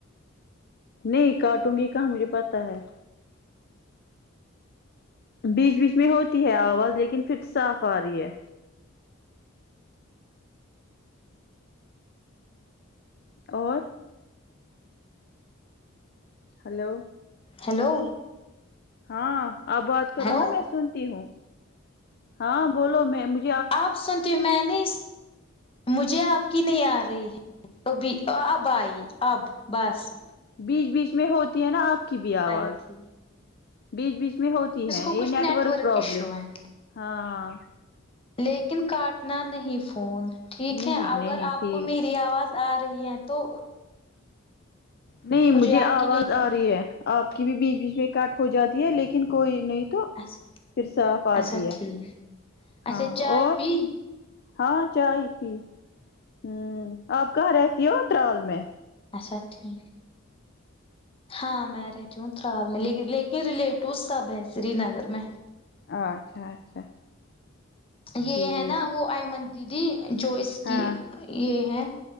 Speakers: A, on the left; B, on the left.
A: نہیں کٹوگی کہاں مجھے پتا ہے بیچ بیچ میں ہوتی ہے آواز لیکن فیر صاف آ رہی ہے اور ہلو
B: ہیلو
A: ہاں آپ بات کرو
B: ہیلو
A: نا میں سنتی ہوں ہاں بولو میں مج
B: آپ سنتی ہوں میں نے مجھے آپ کی نہیں آ رہی ہے وہ بھی ا اب آئی اب بس
A: بیچ بیچ میں ہوتی ہے نا آپ کی بھی آواز
B: آئی تھی
A: بیچ بیچ میں ہو تی ہے
B: اس کو
A: یہی
B: کچھ
A: نیٹ ورک پرابلم
B: ایشو ہے
A: ہاں
B: لیکن کاٹنا نہیں فون ٹھیک
A: نہیں
B: ہے اگر
A: نہیں
B: آپ
A: ٹھیک
B: کو می ری آواز آ رہی ہے تو
A: نہیں مجھے
B: آپ
A: آواز
B: کی نہیں
A: آ رہی ہے آپ کی بھی بیچ بیچ میں کٹ ہو جاتی ہے لیکن کوئی نہیں تو
B: اچھا
A: پھر صاف آتی
B: اچھا
A: ہے
B: ٹھیک اچھا
A: ہاں
B: چائے
A: اور
B: پی
A: ہاں چائے پی ہوں آپ کہاں رہتی ہو ٹراول میں
B: اچھا ٹھیک ہاں میں رہتی ہوں ٹراول میں لے لیکن ریلیٹو سب ہے سری نگر میں
A: ہاں آچھا اچھا ٹھیک
B: یہ ہے نا وہ آئمن دیدی جو اس کی
A: ہاں
B: یہ ہے